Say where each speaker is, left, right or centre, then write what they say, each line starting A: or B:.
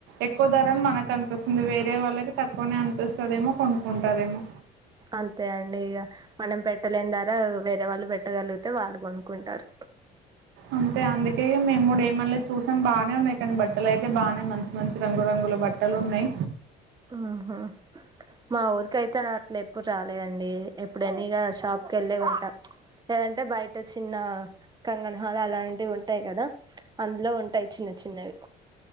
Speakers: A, on the right; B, on the right.
A: ఎక్కువ ధరని మనకు అనిపిస్తుంది వేరే వాళ్ళకి తక్కువనే అనిపిస్తుదేమో కొనుక్కుంటారేమో
B: అంతే అండి ఇక మనం పెట్టలేని దారా వేరే వాళ్ళు పెట్టగలిగితే వాళ్ళు కొనుక్కుంటారు
A: అంతే అందుకి మేము కూడు ఏమలే చూసామ్ బానే ఉన్నాయి కానీ బట్టలు అయితే బానే మంచి మంచి రంగురంగుల బట్టలు ఉన్నాయి
B: అ హ మా ఊరికైతే అట్లా ఎప్పుడు రాలేదండి ఎప్పుడైనా ఇగా షాప్కి ఏళ్ళే కొంట లేదంటే బయట చిన్న కంగనా హాల్ అలాంటివి ఉంటాయి కదా అందులో ఉంటాయి చిన్న చిన్నవి